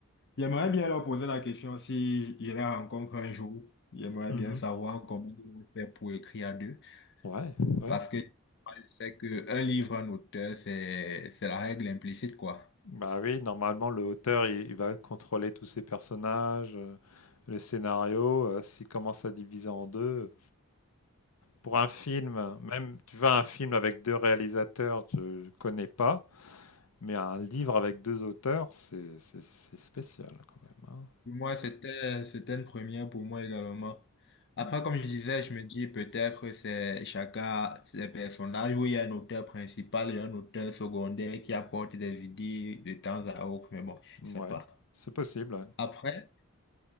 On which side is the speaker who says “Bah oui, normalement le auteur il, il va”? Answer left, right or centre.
Left